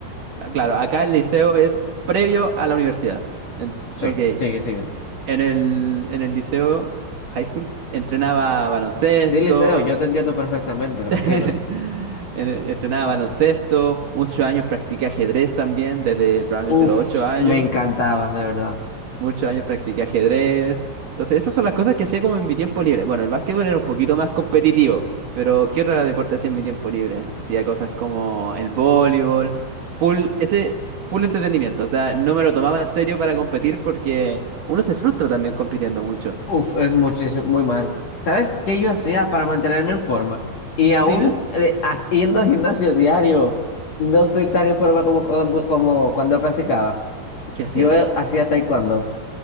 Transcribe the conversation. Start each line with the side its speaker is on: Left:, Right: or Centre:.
Right: Ah, Claro, acá el liceo es previo a la universidad. En-
Left: Sí,
Right: ok,
Left: sigue, sigue.
Right: en el, en el liceo, high school, entrenaba baloncesto,
Left: Di liceo, yo te entiendo perfectamente,
Right: <laughs>
Left: tranquilo.
Right: en- entrenaba baloncesto, muchos años practiqué ajedrez también, desde probablemente
Left: Uf,
Right: los 8 años.
Left: me encantaba, de verdad.
Right: Muchos años practiqué ajedrez. Entonces, esas son las cosas que hacía como en mi tiempo libre. Bueno, el básquetbol era un poquito más competitivo, pero ¿qué otro deporte hacía en mi tiempo libre? Hacía cosas como el voleibol, full, ese full entretenimiento. O sea, no me lo tomaba en serio para competir porque uno se frustra también compitiendo mucho.
Left: Uf, es muchísimo, muy mal. ¿Sabes qué yo hacía para mantenerme en forma? Y aún
Right: Dime,
Left: eh, haciendo el gimnasio diario, no estoy tan en forma como, como, como cuando practicaba.
Right: ¿qué hacías?
Left: Yo eh, hacía taekwondo.